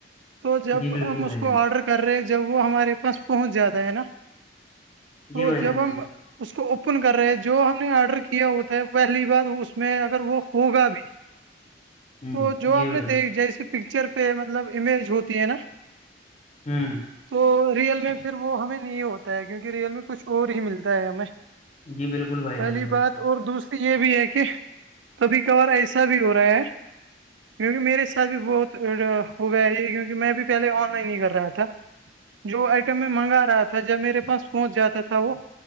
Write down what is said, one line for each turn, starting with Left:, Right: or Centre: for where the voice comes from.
Right: تو جب
Left: جی بالکل
Right: ہم
Left: بھائی
Right: اس کو
Left: جان
Right: آرڈر کر رہے جب وہ ہمارے پاس پہنچ جاتا ہے نا تو
Left: جی بھائی
Right: جب
Left: جان بالکل
Right: ہم اس کو اوپ اپن کر رہے جو ہم نے آرڈر کیا ہو تھا ہے پہلی بار اس میں اگر وہ ہوگا بھی
Left: <inaudible>
Right: تو جو
Left: جی
Right: ہم
Left: بھائی
Right: نے دیکھ
Left: جان
Right: جیسے پکچر پہ مطلب امیج ہوتی ہے نا
Left: ہوں
Right: تو ریئل میں پھر وہ ہمیں نہیں ہوتا ہے کیونکہ ریئل میں کچھ اور ہی ملتا ہے ہمیں
Left: جی بالکل بھائی
Right: پہلی
Left: جان بالکل
Right: بات اور دوسری یہ بھی ہے کہ کبھی کبھار ایسا بھی ہو رہا ہے کیونکہ میرے سھ بھی بہت ہو گیا یہ کیونکہ میں بھی پہلے آن لائن ہی کر رہا تھا جو آئٹم میں منگا رہا تھا جب میرے پاس سہچ جاتا تھا وہ